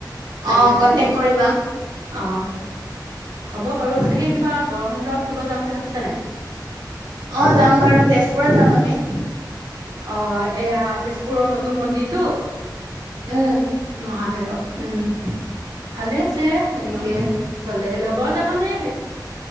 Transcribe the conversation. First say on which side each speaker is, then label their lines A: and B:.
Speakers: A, on the right (about 55°); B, on the right (about 70°).
A: লাগিলে
B: অ',
A: মানে
B: কণ্টেক কৰিবা।
A: অ', হ'ব বাৰু এহিলাকে
B: উম।
A: কিবা গৰম বন্ধ ফুৰিব যাম বুলি ভাবিছা নাই।
B: অ', যাম বাৰু তেজপুৰত যাম আমি।
A: অ', এয়া তেজপুৰৰ নতুন মন্দিৰটোত।
B: উম
A: মহাভৈৰৱ উম ভালে আছে এনেকে
B: অ
A: গ'লে লগৰ যাব নে